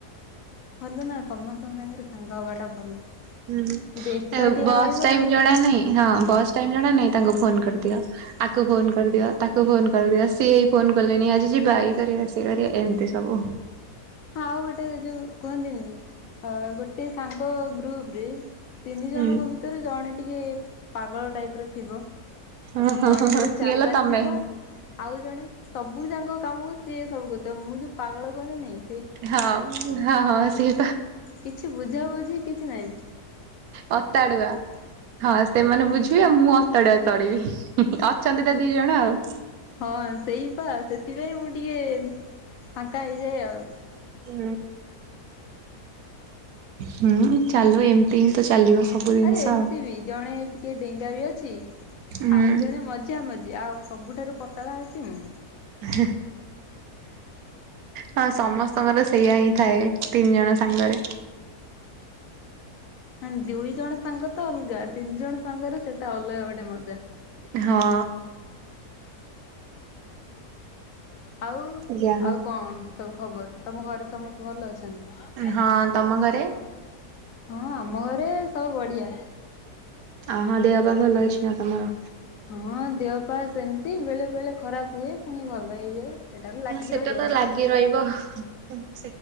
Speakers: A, on the left (about 65°); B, on the right (about 70°).
A: ଭଲ ନା ସମସ୍ତଙ୍କ ସାଙ୍ଗରେ ସାଙ୍ଗ ହବାଟା ଭଲ
B: ହୁଁ
A: ଯଦି ଏକାଟିଆ
B: ବସ୍
A: ରହିବ
B: ଟାଇମ
A: ମାନେ
B: ଜଣା ନାଇଁ ହଁ ବସ୍ ଟାଇମ ଜଣା ନାଇଁ ତାଙ୍କୁ ଫୋନ କରିଦିଅ ଆକୁ ଫୋନ କରିଦିଅ ତାକୁ ଫୋନ କରିଦିଅ ସିଏଇ ଫୋନ କଲେଣି ଆଜି ଯିବା ଏଇ କରିବା ସିଏ କରିବା ଏମିତି ସବୁ
A: ହଁ ଆଉ ଗୋଟେ ଯୋଉ କୁହନ୍ତିନି ଅ ଗୋଟେ ସାଙ୍ଗ ଗ୍ରୁପ ରେ ତିନି
B: ହୁଁ
A: ଜଣଙ୍କ ଭିତରୁ ଜଣେ ଟିକେ ପାଗଳ ଟାଇପ ର ଥିବ
B: ହଁ ହଁ
A: ଜଣେ
B: ହଁ ହଁ।
A: ବହୁତ
B: ସିଏ
A: ଚାଲାକ
B: ହେଲା ତମେ
A: ଥିବ ଆଉ ଜଣେ ସବୁ ଯାଙ୍କ କାମକୁ ସିଏ ସବୁ କଥା ମୁଁ ଯୋଉ ପାଗଳ କହନ୍ତି ନେଇଁ
B: ହଉ ହଁ ହଁ ସେଇ
A: କିଛି ବୁଝା ବୁଝି କିଛି କିଛି ନାଇଁ
B: ଅତାଡୁଆ ହଁ ସେମାନେ ବୁଝିବେ ଆଉ ମୁଁ ଅତାଡୁଆ ଚଳିବି ଅଛନ୍ତି ତା ଦି ଜଣ ଆଉ
A: ହଁ ସେଇପା ସେଥିପାଇଁ ମୁଁ ଟିକେ ଫାଙ୍କା ହେଇଯାଏ ଆଉ
B: ହଁ ହୁଁ ଚାଲୁ ଏମିତି ହିଁ ତ ଚାଲିବ। ସବୁ ଜିନିଷ
A: ଆରେ ଏମିତି
B: ଆଉ।
A: ବି ଜଣେ ଟିକେ ଡେଙ୍ଗା ବି ଅଛି
B: ହୁଁ
A: ଆଉ ଜଣେ ମଝା ମଝି ଆଉ ସବୁଠାରୁ ପତଳା ଅଛି ମୁଁ।
B: <unintelligible> ହଁ ସମସ୍ତଙ୍କର ସେଇଆା ହିଁ ଥାଏ ତିନି ଜଣ ସାଙ୍ଗରେ।
A: ମାନେ ଦୁଇ ଜଣ ସାଙ୍ଗ ତ ଅଲଗା ତିନି ଜଣ ସାଙ୍ଗରେ ସେଟା ଅଲଗା ଗୋଟେ ମଜା।
B: ହଁ।
A: ଆଉ
B: ଯା ହଉ।
A: ଆଉ କଣ? ସବୁ ଖବର? ତମ ଘରେ ସମସ୍ତେ ଭଲ ଅଛନ୍ତି
B: ହଁ ତମ ଘରେ?
A: ହଁ ଆ ଆମ ଘରେ ସବୁ ବଢିଆ।
B: ଆ ହଁ ଦେହପା ଭଲ ଅଛି ନା ତମର?
A: ହଁ ଦେହ ପା ସେମିତି ବେଳେ ବେଳେ ଖରାପ ହୁଏ ପୁଣି ଭଲ ହେଇଯାଏ। ସେଟା ତ ଲାଗି
B: ହ ସେଟା
A: ରହିବ।
B: ତ ଲାଗି ରହିବ। <inaudible>